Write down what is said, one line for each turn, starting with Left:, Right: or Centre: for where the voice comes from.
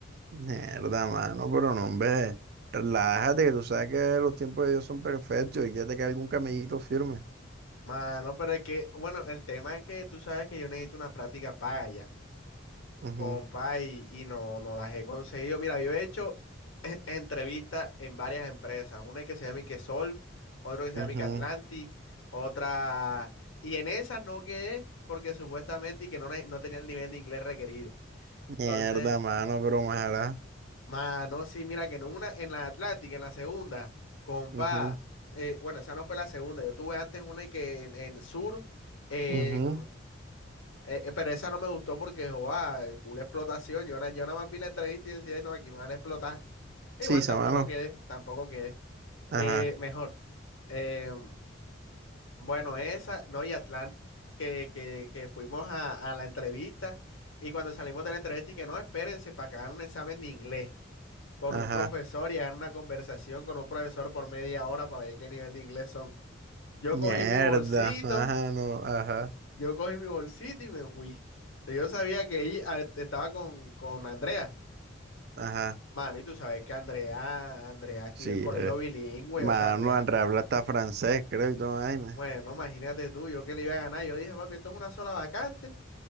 Right: Mierda, mano, pero no, hombre. Relájate, que tú sabes que los tiempos de Dios son perfectos y que te cae algún camellito firme.
Left: Mano, pero es que, bueno, el tema es que tú sabes que yo necesito una práctica paga ya,
Right: Ujú,
Left: compa, y, y no, no las he conseguido. Mira, yo he hecho <laughs> entrevistas en varias empresas, una que se llama que Sol, otro que se
Right: ujú.
Left: llama que Atlantic, otra, y en esas no quedé porque supuestamente y que no, ne- no tenía el nivel de inglés requerido.
Right: Mierda,
Left: Entonces,
Right: mano, pero ojalá.
Left: mano, sí, mira que en una, en la Atlantic, en la segunda, compa,
Right: Ujú,
Left: eh, bueno, esa no fue la segunda, yo tuve antes una y que en en Sur en
Right: ujú.
Left: Eh, eh, pero esa no me gustó porque, joa, el culo explotación. Yo, na- yo nada más vi la entrevista y decía, "Ay, no, aquí me van a explotar. Y
Right: Sí,
Left: bueno,
Right: esa
Left: tampoco
Right: mano.
Left: quedé, tampoco quedé.
Right: Ajá,
Left: Eh, mejor. Eh, bueno, esa, no, y Atlant, que, que, que fuimos a, a la entrevista y cuando salimos de la entrevista y que no, espérense para que hagan un examen de inglés con
Right: ajá.
Left: un profesor y hagan una conversación con un profesor por media hora para ver qué nivel de inglés son. Yo
Right: Mierda,
Left: cogí mi bolsito.
Right: mano, ajá,
Left: Yo cogí mi bolsita y me fui. Yo sabía que ella a- estaba con, con Andrea.
Right: ajá.
Left: Mano, y tú sabes que Andrea, Andrea estudió
Right: Sí,
Left: en colegio
Right: eh.
Left: bilingüe,
Right: Mano,
Left: o sea, Andrea,
Right: Andrabla está francés, creo, y toda vaina.
Left: bueno, imagínate tú, yo que le iba a ganar. Yo dije, papi, esto es una sola vacante,